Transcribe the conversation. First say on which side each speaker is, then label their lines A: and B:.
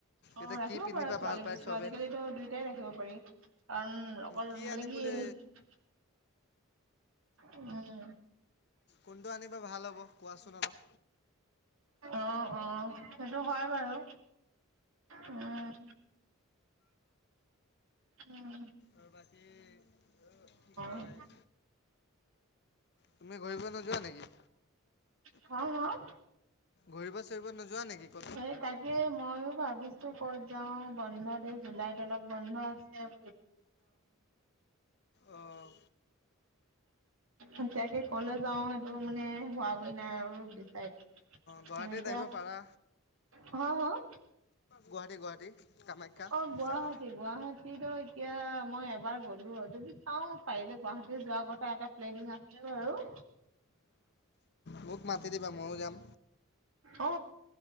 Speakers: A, on the right; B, on the left.
A: অ
B: এতিয়া
A: ৰাখিব
B: কি পিন্ধিবা
A: পাৰা ছোৱালী
B: ভাল পায়
A: বস্তু
B: চবে।
A: আজিকালিটো দুইটাই ৰাখিব পাৰি কাৰণ অকল
B: কি
A: মানে
B: আনিম
A: কি
B: বুলি
A: উম।
B: কোনটো আনিবা ভাল হ'ব, কোৱাচোন অলপ?
A: অ অ সেইটো হয় বাৰু, উম। উম।
B: আৰু বাকী অ কি কয়
A: অ
B: তুমি ঘূৰিব নোযোৱা নেকি?
A: অ', অ',
B: ঘূৰিব চুৰিব নোযোৱা নেকি ক'ত
A: এই তাকে মইও ভাবিছোঁ ক'ত যাওঁ বন্ধত, এই জুলাইত অলপ বন্ধ আছে। <inaudible>
B: অহ।
A: এতিয়াকে ক'লে যাওঁ সেইটো মানে হোৱাগৈ নাই আৰু দিচাইট। <unintelligible>
B: গুৱাহাটীত
A: এতিয়া
B: আহিব পাৰা।
A: হ' হ'
B: গুৱাহাটী গুৱাহাটী। কামাখ্যা
A: অ' গুৱাহাটী
B: চাব।
A: গুৱাহাটী তই এতিয়া মই এবাৰ গ'লো, যদি চাওঁ পাৰিলে গুৱাহাটী যোৱা কথা এটা প্লেনিং আছে বাৰু।
B: মোক মাতি দিবা, ময়ো যাম।
A: অ'